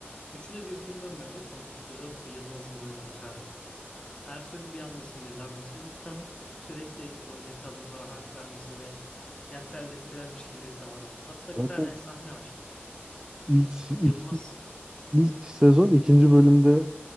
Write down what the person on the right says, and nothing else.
Zaten
ilk, ilk,
ilk, sezon ikinci bölümde